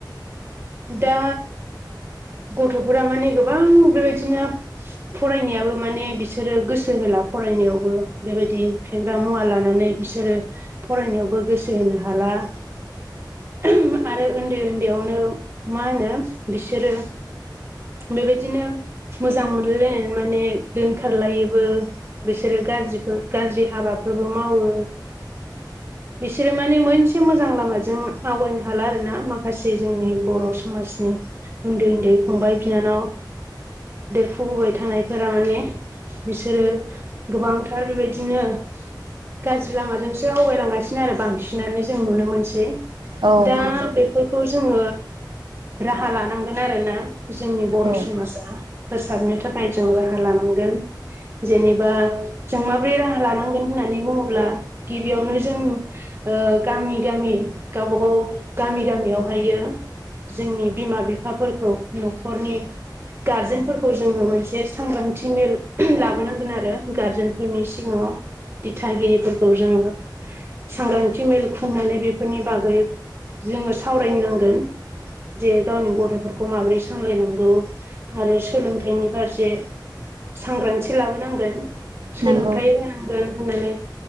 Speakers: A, on the right; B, on the right.
A: दा गथ'फोरा माने गोबां बेबायदिनो फरायनायाबो माने बिसोरो गोसो होला फरायनायावबो बेबायदि फेग्रा मुवा लानानै बिसोरो फरायनायावबो गोसो होनो हानाय <unintelligible> आरो उन्दै उन्दैयावनो मा होनो बिसोरो बेबायदिनो मोजां मोनलायलायनानै माने दोनखारलायोबो बिसोरो गाज्रिखौ गाज्रि हाबा हाबाफोरबो मावो। बिसोरो माने मोनसे मोजां लामाजों आवगायनो हाला आरो ना माखासे जोंनि बर' समाजनि उन्दै उन्दै फंबाय बिनानाव देरफुबोबाय थानायफोरा माने बिसोरो गोबांथार बेबायदिनो गाज्रि लामाजोंसो आवगायलांगासिनो आरो बांसिनानो जों नुनो मोनसै।
B: औ
A: दा
B: नंगौ
A: बेफोरखौ जोङो राहा लानांगोन आरोना। जोंनि बर'
B: औ
A: समाजा फोसाबनो थाखाय जों राहा लानांगोन। जेनेबा जों माबोरै राहा लानांगोन होननानै बुङोब्ला गिबियावनो जों ओ गामि गामि गावबा गाव गामि गामियावहायो जोंनि बिमा बिफाफोरखौ न'खरनि गार्जेनफोरखौ जोङो मोनसे सांग्रांथि मेल लाबोनांगोन आरो गारजेनफोरनि सिगाङाव दिथागिरिफोरखौ जोङो सांग्रांथि मेल खुंनानै बेफोरनि बागै जोङो सावरायनांगोन। जे गावनि गथ'फोरखौ माबोरै सामलायनांगौ आरो सोलोंथाइनि फारसे सांग्रांथि लाबोनांगोन सोलोंथाइ
B: नंगौ
A: होनांगोन होननानै